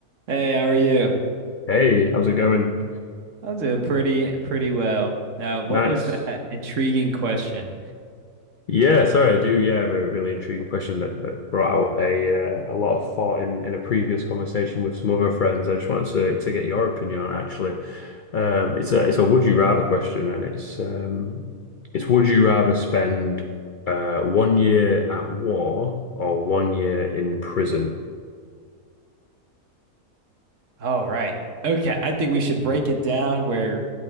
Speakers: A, on the right; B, on the left.
A: Hey, how are you?
B: Hey, how's it going?
A: I'm doing pretty pretty well. Now, what
B: Nice.
A: was that intriguing question?
B: Yeah, sorry, I do. Yeah, have a really intriguing question that that brought out a uh, a lot of thought in in a previous conversation with some other friends. I just wanted to to get your opinion on it, actually. Um, it's a it's a would you rather question, and it's um it's would you rather spend uh one year at war or one year in prison?
A: All right. Okay, I think we should break it down where